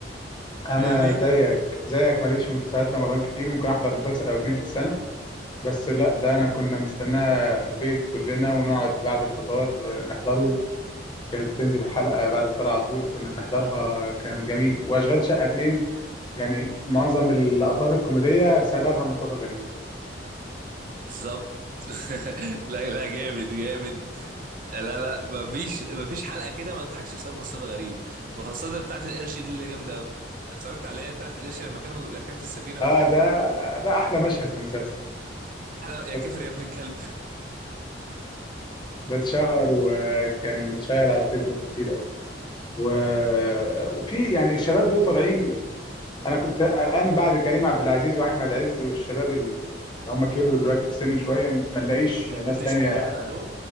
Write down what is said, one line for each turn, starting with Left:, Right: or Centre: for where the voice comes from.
Left: انا
Right: فاهمني؟
Left: زيك زيك ماليش في مسلسلات رمضان كتير ممكن احضر مسلسل او اتنين في السنة بس لا ده انا كنا مستناه في البيت كلنا ونقعد بعد الفطار نحضره كانت بتنزل الحلقة بعد الفطار على طول كنا بنحضرها كان جميل واشغال شقة اتنين يعني معظم اللقطات الكوميدية سببها مصطفى غريب
Right: بالظبط <laughs> لا لا جامد جامد لا لا مفيش مفيش حلقه كده ما تضحكش بسبب مصطفى غريب وخاصه بتاعه القرش دي اللي جامده قوي انت اتفرجت عليها بتاعه القرش لما كانوا لما كان في السفينه
Left: اه
Right: وبتاع
Left: ده ده احلى مشهد في المسلسل
Right: حلقه يا
Left: ده
Right: كافر يا ابن الكلب
Left: ده اتشهر وكان متشاهر على الفيسبوك كتير قوي و... وفي يعني الشباب دول طالعين انا كنت قلقان بعد كريم عبد العزيز واحمد عز والشباب اللي هم كبروا دلوقتي في السن شوية ما نلاقيش
Right: <laughs> ما
Left: ناس
Right: فاتليش
Left: تانية
Right: حاجه يعني بعدهم